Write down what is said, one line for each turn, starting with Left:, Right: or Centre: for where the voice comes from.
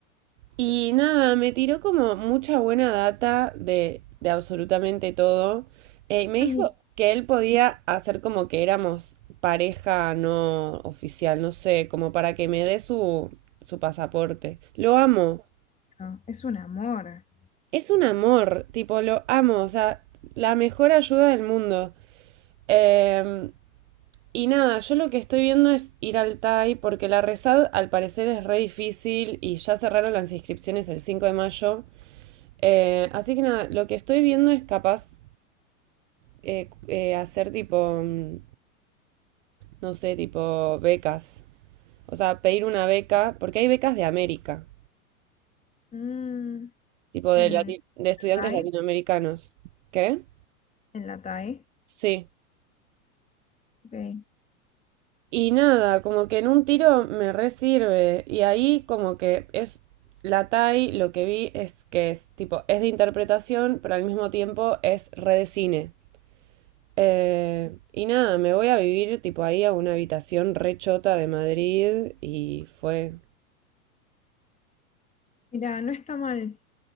Right: Y nada, me tiró como mucha buena data de, de absolutamente todo. Eh, me
Left: Ah,
Right: dijo
Left: mira,
Right: que él podía hacer como que éramos pareja no oficial, no sé, como para que me dé su, su pasaporte. Lo amo.
Left: no, es un amor.
Right: Es un amor, tipo, lo amo, o sea, la mejor ayuda del mundo. Em, y nada, yo lo que estoy viendo es ir al TAI porque la rezad al parecer es re difícil y ya cerraron las inscripciones el 5 de mayo. Eh, así que nada, lo que estoy viendo es capaz eh, eh, hacer tipo, mm, no sé, tipo becas. O sea, pedir una beca, porque hay becas de América,
Left: Mm,
Right: tipo de,
Left: en
Right: lati-
Left: la TAI,
Right: de estudiantes latinoamericanos. ¿Qué?
Left: en la TAI.
Right: Sí.
Left: Ok.
Right: Y nada, como que en un tiro me re sirve. Y ahí como que es la TAI, lo que vi es que es tipo, es de interpretación, pero al mismo tiempo es re de cine. Eh, y nada, me voy a vivir tipo ahí a una habitación rechota de Madrid y fue.
Left: Mira, no está mal,